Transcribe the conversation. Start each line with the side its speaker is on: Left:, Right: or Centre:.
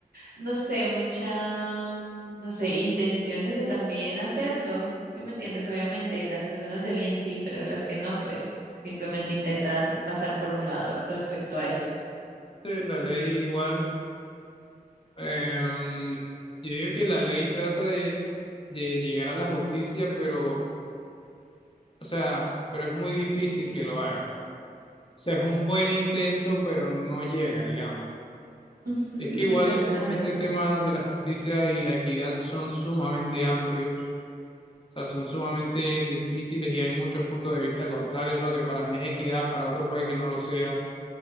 Right: no sé, mucha, mm, no sé, intenciones de también hacerlo. ¿Sí me entiendes? Obviamente, las personas de bien sí, pero las que no, pues simplemente intentan pasar por un lado respecto a eso.
Left: Sí, la ley igual, em, yo digo que la ley trata de, de llegar a la justicia, pero, o sea, pero es muy difícil que lo haga. O sea, es un buen intento, pero no llega, digamos.
Right: Ujú,
Left: Es que igual
Right: exactamente.
Left: e- ese tema de la justicia y la equidad son sumamente amplios, o sea, son sumamente difíciles y hay muchos puntos de vista contrarios. Lo que para mí es equidad, para otro puede que no lo sea.